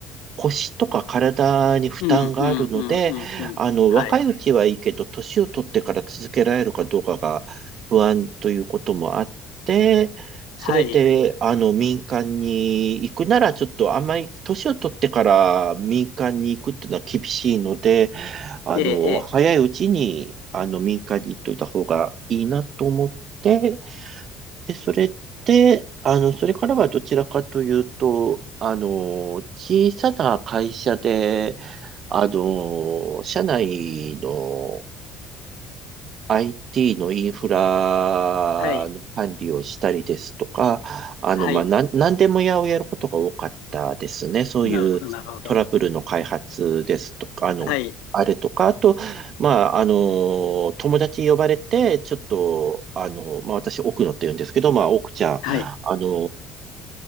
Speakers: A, on the right (about 50°); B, on the left (about 80°).
A: 腰とか体に負担があるので、
B: うん、うん、うん、うん、うん。
A: あの、
B: はい、
A: 若いうちはいいけど、年を取ってから続けられるかどうかが不安ということもあって、それで、
B: はい。
A: あの、民間に行くなら、ちょっとあんまり、年を取ってから民間に行くっていうのは厳しいので、あの、
B: ええ、ええ。
A: 早いうちに、あの、民間に行っといた方がいいなと思って、で、それって、あの、それからはどちらかというと、あの、小さな会社で、あの、社内の IT のインフラの管理をしたりですとか、
B: はい、
A: あの、
B: はい。
A: まあ、なん、なんでも屋をやることが多かったですね。そういうトラブルの開発ですとか、
B: なるほど、なるほど。
A: あの、
B: はい、
A: あれとか、あと、まあ、あの、友達呼ばれて、ちょっと、あの、まあ、私、奥野って言うんですけど、まあ、奥ちゃん、
B: はい。
A: あの、